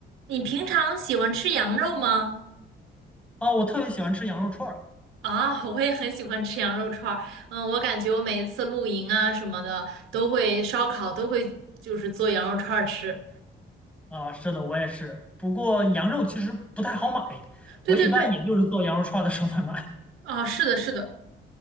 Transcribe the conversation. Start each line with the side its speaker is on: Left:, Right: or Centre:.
Right: 你平常喜欢吃羊肉吗？
Centre: 啊，我特别喜欢吃羊肉串儿
Right: 啊，我也很喜欢吃羊肉串儿。嗯，我感觉我每一次露营啊什么的，都会烧烤，都会就是做羊肉串儿吃。
Centre: 啊，是的，我也是。不过羊肉其实不太好买，
Right: 对对对，
Centre: 我一般也就是做羊肉串儿的时候才买
Right: 啊，是的，是的。